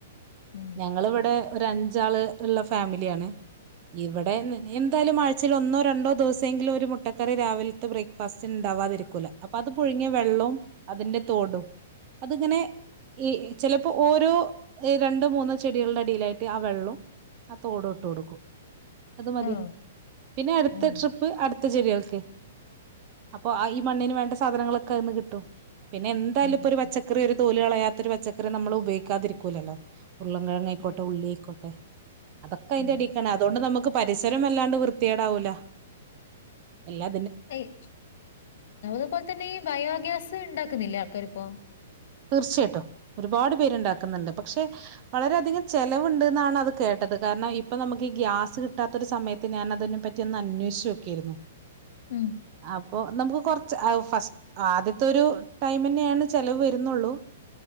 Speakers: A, on the left; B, on the right.
A: ഉം
B: ഞങ്ങളിവിടെ ഒരഞ്ചാള് ഇള്ള ഫാമിലിയാണ് ഇവിടെ എന്തായാലും ആഴ്ചേലൊന്നോ രണ്ടോ ദിവസെങ്കിലും ഒരു മുട്ടക്കറി രാവിലെ ത്തെ ബ്രേക്ക്ഫാസ്സ്റ്റിന്ണ്ടാവാതിരിക്കൂല അപ്പൊ അത് പുഴുങ്ങിയ വെള്ളോം അതിന്റെ തോടും അത്ങ്ങനെ ഈ ചിലപ്പോ ഓരോ ഏഹ് രണ്ടോ മൂന്നോ ചെടികൾടെ അടിയിലായിട്ട് ആഹ് വെള്ളോം ആഹ് തോടും ഇട്ട് കൊടുക്കും അത് മതി
A: ആഹ്
B: പിന്നെ അട്ത്ത
A: ഉം
B: ട്രിപ്പ് അടുത്ത ചെടികൾക്ക് അപ്പൊ ആഹ് ഈ മണ്ണിന് വേണ്ട സാധനങ്ങളൊക്കെ അതിന്ന് കിട്ടും പിന്നെന്തായാലും
A: ഉം
B: ഇപ്പൊരു പച്ച
A: ഉം
B: ക്കറി ഒരു തോല് കളയാത്തൊരു പച്ചക്കറി നമ്മളുപയോഗിക്കാതിരിക്കൂലല്ലോ ഉരുളം കെഴങ്ങായ്ക്കോട്ടെ
A: ഇല്ല.
B: ഉള്ളി ആയ്ക്കോട്ടെ അതൊക്കെ അയ്ന്റടീക്കാണ്
A: ഉം.
B: അതുകൊണ്ട് നമു ക്ക്‌ പരിസരം വല്ലാണ്ട് വൃത്തിയേടാവൂല്ല എല്ലാ
A: അയ് അതപോലെ തന്നെ ഈ ബയോഗ്യാസ്ണ്ടാക്കുന്നില്ലേ ആൾക്കാരിപ്പോ
B: തീർച്ചയായിട്ടും ഒരുപാട് പേരുണ്ടാക്കുന്നുണ്ട് പക്ഷെ വളരെയധികം ചെലവുണ്ട്ന്നാണ് അത് കേട്ടത് കാരണം ഇപ്പം നമുക്ക് ഈ ഗ്യാസ് കിട്ടാത്ത ഒരു സമയത്ത് ഞാനതിന് പറ്റിയൊന്നന്വേഷിച്ചോക്ക്യാരുന്നു
A: ഉം
B: അപ്പൊ നമുക്ക് കൊർച്ച് ആഹ് ഫസ് ആദ്യത്തൊരു ടൈമെന്നെയാണ് ചെലവ് വരുന്നുള്ളൂ